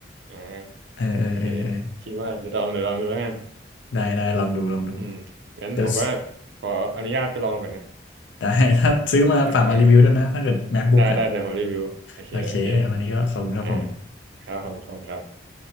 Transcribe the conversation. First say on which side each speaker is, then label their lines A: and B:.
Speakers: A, on the right; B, on the left.
A: อ่า
B: เออเออเออเออ
A: โอเคคิดว่าเดี๋ยวลองเดี๋ยวลองดูแล้วกัน
B: ได้ได้ลองดูลองดู
A: อืมงั้นผมก็
B: เดี๋ยว
A: ขออนุญาตไปลองก่อนนะ
B: ได้ <laughs> ถ้าซื้อมาฝากมารีวิวด้วยนะถ้าเกิด
A: เออเออ
B: MacBook
A: ได้ได้เดี๋ยวผมรีวิวโอเคโอเค
B: อ่ะโอเควันนี้ก็ขอบคุณครับผม
A: อ่าครับผมขอบคุณครับ